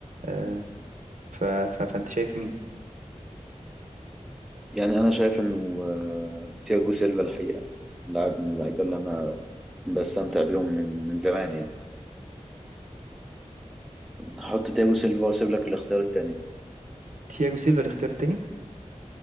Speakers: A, on the right; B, in the centre.
A: آم، ف- ف- فأنت شايف مين
B: يعني انا شايف انه آه، تياجو سيلفا الحقيقه لاعب من اللعيبه اللي انا بستمتع بيهم من من زمان يعني هحط تياجو سيلفا واسيب لك الاختيار التاني
A: تياجو سيلفا الاختيار التاني